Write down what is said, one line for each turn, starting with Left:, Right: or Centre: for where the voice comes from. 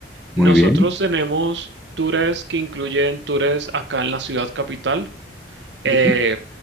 Centre: Muy
Right: Nosotros
Centre: bien.
Right: tenemos tours que incluyen tours acá en la ciudad capital eh,
Centre: Ujú,